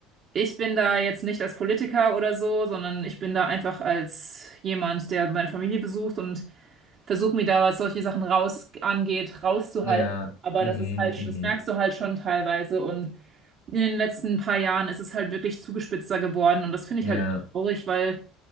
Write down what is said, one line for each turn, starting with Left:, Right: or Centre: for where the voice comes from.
Right: ich bin da jetzt nicht als Politiker oder so, sondern ich bin da einfach als jemand, der meine Familie besucht und versuche mir da, was solche Sachen raus angeht, rauszuhalten.
Left: ja,
Right: Aber
Left: mhm,
Right: das ist halt,
Left: mhm,
Right: das merkst du halt schon teilweise. Und in den letzten paar Jahren ist es halt wirklich zugespitzter geworden. Und das finde
Left: ja,
Right: ich halt traurig, weil